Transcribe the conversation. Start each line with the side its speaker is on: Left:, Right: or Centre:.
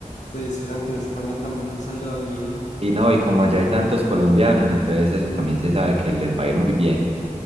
Left: pues esperan que en España también salga bien.
Right: Y no, y como allá hay tantos colombianos, entonces eso
Left: Mm.
Right: también se sabe que les va a ir muy bien.